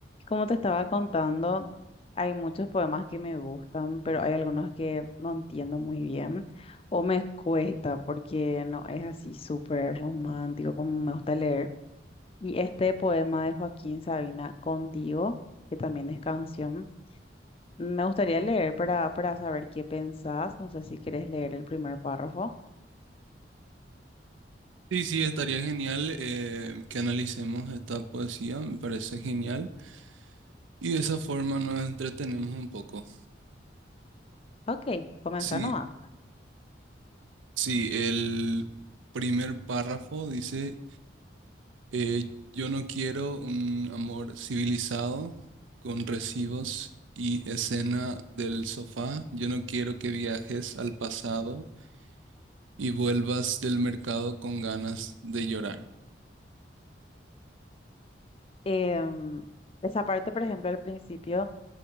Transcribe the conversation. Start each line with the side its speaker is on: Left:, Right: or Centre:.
Left: Como te estaba contando, hay muchos poemas que me gustan, pero hay algunos que no entiendo muy bien o me cuesta porque no es así súper romántico como me gusta leer. Y este poema de Joaquín Sabina, Contigo, que también es canción, me gustaría leer para, para saber qué pensás. No sé si quieres leer el primer párrafo.
Right: Sí, sí, estaría genial eh, que analicemos esta poesía, me parece genial. Y de esa forma nos entretenemos un poco.
Left: Ok, comenzá
Right: Sí,
Left: nomás.
Right: sí, el primer párrafo dice, eh, yo no quiero un amor civilizado con recibos y escena del sofá. Yo no quiero que viajes al pasado y vuelvas del mercado con ganas de llorar.
Left: Em, esa parte, por ejemplo, al principio.